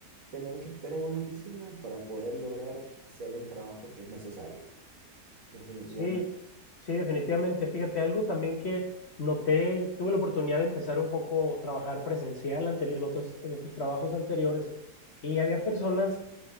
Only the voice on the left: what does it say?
Sí, sí, definitivamente. Fíjate, algo también que noté, tuve la oportunidad de empezar un poco a trabajar presencial anteri- en otros, en otros trabajos anteriores y había personas